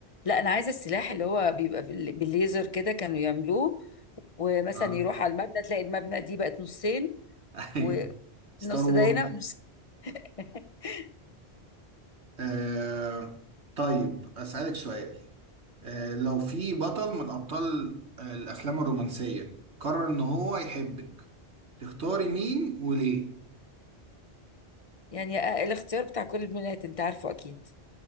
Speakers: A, on the left (about 35°); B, on the right (about 80°).
A: لا انا عايزة السلاح اللي هو بيبقى بال- بالليزر كده كانوا يعملوه ومثلا
B: اه
A: يروح على المبنى تلاقي المبنى دي بقت نصين
B: <laughs> ايوه
A: والنص
B: ستار وورز
A: ده هنا والنص- <laughs>
B: آه طيب أسألك سؤال آه لو في بطل من أبطال آه الأفلام الرومانسية قرر إن هو يحبك تختاري مين وليه؟
A: يعني آه، الاختيار بتاع كل البنات انت عارفه اكيد